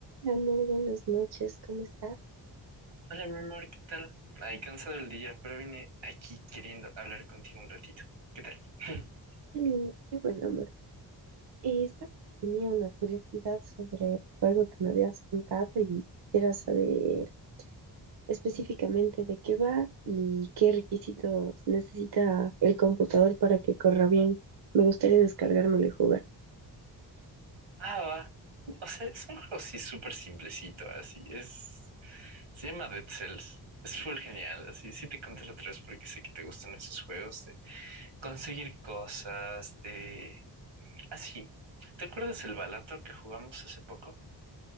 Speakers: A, on the right; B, on the right.
A: Amor, buenas noches, ¿cómo estás?
B: Hola, mi amor, ¿qué tal? Ay, cansado el día, pero vine aquí queriendo hablar contigo un ratito. ¿Qué tal? <laughs>
A: Qué lindo, qué buen amor. Eh, sabes, tenía una curiosidad sobre el juego que me habías contado y quisiera saber específicamente de qué va y qué requisitos necesita el computador para que corra bien. Me gustaría descargármelo y jugar.
B: Ah, va. O sea, es un juego así súper simplecito, así. Es... Se llama Dead Cells. Es full genial, así. Sí te conté la otra vez porque sé que te gustan esos juegos de conseguir cosas, de Así, ¿te acuerdas el Balator que jugamos hace poco?